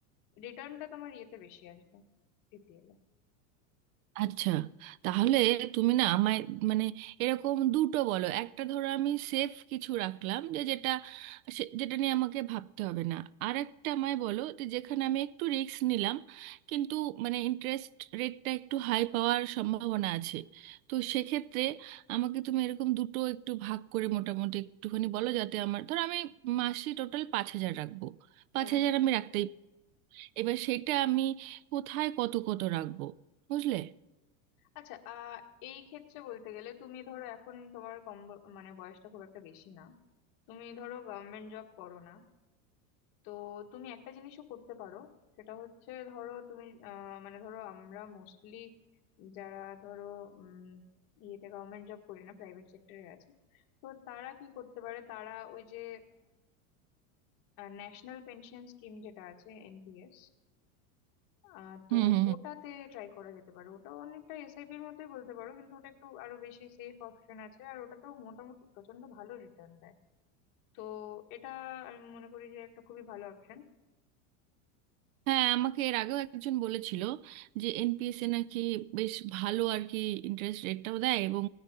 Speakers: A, on the left (about 50°); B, on the right (about 75°).
A: রিটার্নটা তোমার ইয়েতে বেশি আসবে পিপিএল এ
B: আচ্ছা তাহলে তুমি না আমায় মানে এরকম দুটো বলো একটা ধরো আমি সেফ কিছু রাখলাম যে যেটা সে- যেটা নিয়ে আমাকে ভাবতে হবে না আর একটা আমায় বলো যে যেখানে আমি একটু রিস্ক নিলাম কিন্তু মানে ইন্টারেস্ট রেটটা একটু হাই পাওয়ার সম্ভাবনা আছে তো সেক্ষেত্রে আমাকে তুমি এরকম দুটো একটু ভাগ করে মোটামুটি একটুখানি বলো যাতে আমার ধরো আমি মাসে টোটাল পাঁচ হাজার রাখবো পাঁচ
A: হুম
B: হাজার আমি রাখতেই এবার সেটা আমি কোথায় কত কত রাখবো বুঝলে
A: আচ্ছা আহ এই ক্ষেত্রে বলতে গেলে তুমি ধরো এখন তোমার কম ব- মানে বয়সটা খুব একটা বেশি না তুমি ধরো গভর্নমেন্ট জব করো না তো তুমি একটা জিনিসও করতে পারো সেটা হচ্ছে ধরো তুমি আহ, মানে ধরো আমরা মোস্টলি যারা ধরো উম ইয়েতে গভর্নমেন্ট জব করি না প্রাইভেট সেক্টরে আছে তো তারা কি করতে পারে তারা ওই যে ন্যাশনাল পেনশন স্কিম যেটা আছে এনপিএস আহ তো
B: হুম হুম
A: ওটাতে ট্রাই করা যেতে পারে ওটাও অনেকটা এসআইপি এর মতোই বলতে পারো কিন্তু ওটা একটু আরো বেশি সেফ অপশন আছে আর ওটাতেও মোটামুটি প্রচন্ড ভালো রিটার্ন দেয় তো এটা আমি মনে করি যে একটা খুবই ভালো অপশন
B: হ্যাঁ আমাকে এর আগেও একজন বলেছিল যে এনপিএসএ নাকি বেশ ভালো আর কি ইন্টারেস্ট রেটটাও দেয় এবং